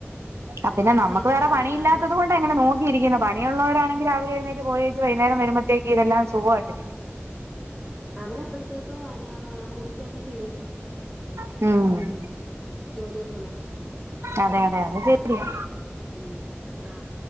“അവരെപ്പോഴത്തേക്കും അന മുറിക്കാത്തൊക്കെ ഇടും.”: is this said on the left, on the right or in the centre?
Right